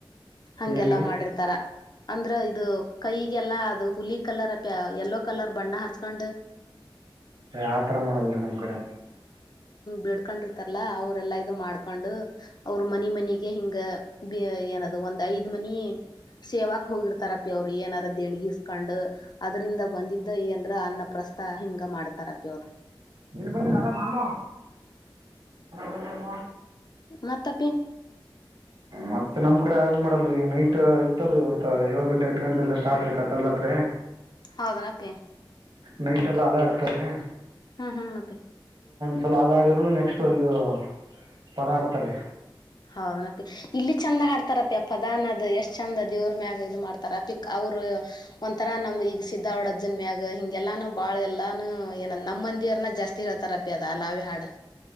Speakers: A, on the left; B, on the right.
A: ಹಂಗೆಲ್ಲ
B: ಏನ್ರಿ
A: ಮಾಡಿರ್ತಾರ ಅಂದ್ರ ಇದು ಕೈಗೆಲ್ಲಾ ಅದು ಹುಲಿ ಕಲರ್ ಅಪಿ ಯೆಲ್ಲೋ ಕಲರ್ ಬಣ್ಣ ಹಚ್ಕೊಂಡ್ ಹ
B: ಆತರ ಮಾಡಲ್ರಿ ನಮ್ಮ್ ಕಡೆ
A: ಬೇಡಕೂಂಡಿತರಲ್ಲ ಅವರೆಲ್ಲ ಇದು ಮಾಡಕೂಂಡು ಅವರು ಮನಿ ಮನಿಗ ಹಿಂಗ ಏನದು ಒಂದ್ ಐದ್ ಮನಿ ಸೇವಾಕ್ ಹೋಗಿರ್ತಾರಪ್ಪಿ ಅವ್ರು ಏನಾರ ದೆಣಗಿಸಕಂಡ್ ಅದರಿಂದ ಬಂದಿದ್ದ ಏನ್ರ ಅನ್ನ ಪ್ರಸ್ ತ ಹಿಂಗ ಮಾಡ್ತಾರ ಪಿ ಅವ್ರ
B: ಬ ನರಾಮಾಮ ಹಾಮ
A: ಮಾತಪ್ಪೇ
B: ಮತ್ತೆ ನಮ್ ಕಡೆ ಹಂಗ ಮಾಡಲ್ರಿ ನೈಟ್ ಇತ್ತಲ್ರಿ ಇವತ್ ಏಳ ಗಂಟೆ ಎಂಟು ಗಂಟೆ ಸ್ಟಾರ್ಟ ರೀ ಕತ್ತಲ್ರಾತ್ರಿ
A: ಹೌದನಪ್ಪಿ
B: ನೈಟ್ ಎಲ್ಲ ಅಲ ಆಡ್ತಾರೆ
A: ಹ್ಮ್ ಹ್ಮ ಮತ್ತೆ
B: ಸಲ ಹಾಲಾಡರ್ರು ನೆಕ್ಸ್ಟ್ ಇದು ಪದಾರ್ಥ ರೀ
A: ಹೌದನಪ್ಪಿ ಇಲ್ಲಿ ಚಂದ ಹಾಡ್ತಾರಪಿ ಅಪ್ಪದಾನನ್ದ್ ಎಷ್ಟ್ ಚಂದ ಅ ದೇವ್ರ ಮ್ಯಾಗ ಇದು ಮಾಡ್ತಾರ ಪಿಕ್ ಅವರು ಒಂಥರ ನಮ್ ಈಗ ಸಿದ್ದ ಅವಡ್ ಅರ್ಜುನ್ ಮ್ಯಾಗ ಹಿಂಗೆಲ್ಲ ಬಾಳ ಹಾ ಎಲ್ಲಾನು ಏನ ನಮ್ಮ ಮಂದಿರನ ಜಾಸ್ತಿ ಹೇಳ್ತಾರಪಿ ಅದ ಅಲ್ಲಾವೇ ಹಾಡು